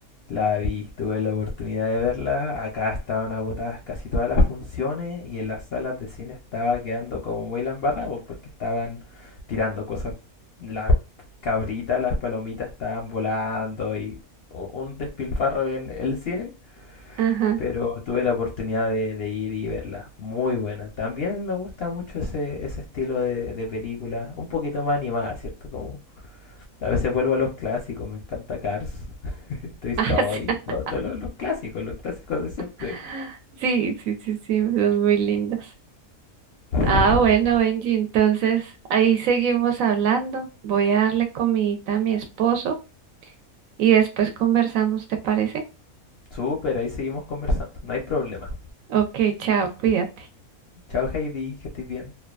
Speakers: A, on the left; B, on the right.
A: La vi, tuve la oportunidad de verla. Acá estaban agotadas casi todas las funciones y en las salas de cine estaba quedando como muy la embarrada, pues, porque estaban tirando cosas. Las cabritas, las palomitas estaban volando y u- un despilfarro en el cine.
B: Ajá.
A: Pero tuve la oportunidad de, de ir y verla. Muy buena. También me gusta mucho ese, ese estilo de, de película, un poquito más animada, ¿cierto? Como a veces vuelvo a los clásicos, me encanta Cars, <laughs> Toy Story,
B: <laughs>
A: todo, todo lo- los clásicos, los clásicos de siempre.
B: Ah, sí, sí, sí, sí, sí, son muy lindas.
A: <laughs>
B: Ah, bueno, Benji, entonces ahí seguimos hablando. Voy a darle comidita a mi esposo y después conversamos, ¿te parece?
A: Súper, ahí seguimos conversando, no hay problema.
B: Ok, chao, cuídate.
A: Chao Heidi, que estés bien.